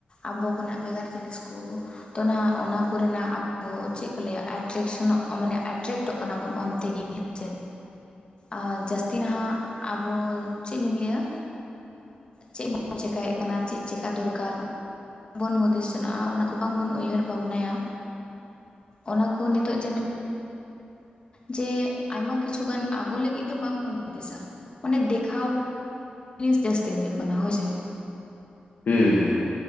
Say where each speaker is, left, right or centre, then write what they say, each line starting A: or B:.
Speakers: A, on the left (about 30°); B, on the left (about 65°).
A: ᱟᱵᱚ ᱠᱷᱚᱱᱟᱜ ᱵᱷᱮᱜᱟᱨ ᱡᱤᱱᱤᱥ ᱠᱚ, ᱛᱚ ᱱᱟᱦᱟᱜ ᱚᱱᱟ ᱠᱚᱨᱮᱱᱟᱜ ᱟᱵᱚ ᱪᱮᱫ ᱠᱚ ᱞᱟᱹᱭᱟ ᱮᱴᱠᱥᱚᱱᱚᱜ ᱢᱟᱱᱮ ᱮᱴᱨᱟᱠᱴᱚᱜ ᱠᱟᱱᱟ ᱵᱚᱱ ᱚᱱᱛᱮ ᱜᱤ᱾ ᱦᱮᱸᱥᱮ ᱟᱨ ᱡᱟᱹᱥᱛᱤ ᱱᱟᱦᱟᱜ ᱟᱵᱚ ᱪᱮᱫ ᱞᱤᱧ ᱞᱟᱹᱭᱟ ᱪᱮᱫ ᱵᱚᱱ ᱪᱮᱠᱟᱭᱮᱫ ᱠᱟᱱᱟ ᱪᱮᱫ ᱪᱮᱠᱟ ᱫᱚᱨᱠᱟᱨ ᱵᱚᱱ ᱦᱩᱫᱤᱥ ᱥᱮᱱᱚᱜᱼᱟ ᱚᱱᱟ ᱠᱚ ᱵᱟᱝᱵᱚᱱ ᱩᱭᱦᱟᱹᱨ ᱵᱷᱟᱵᱽᱱᱟᱭᱟ ᱚᱱᱟ ᱠᱚ ᱱᱤᱛᱚᱜ ᱡᱟᱱ ᱡᱮ ᱟᱭᱢᱟ ᱠᱤᱪᱷᱩᱩᱜᱟᱱ ᱟᱵᱚ ᱞᱟᱹᱜᱤᱫ ᱫᱚ ᱵᱟᱝᱵᱚᱱ ᱦᱩᱫᱤᱥᱟ, ᱢᱟᱱᱮ ᱫᱮᱠᱷᱟᱣ ᱡᱤᱱᱤᱥ ᱡᱟᱹᱥᱛᱤ ᱦᱩᱭᱩᱜ ᱠᱟᱱᱟ ᱦᱳᱭᱥᱮ
B: ᱦᱩᱸ ᱦᱩᱸ ᱦᱩᱸ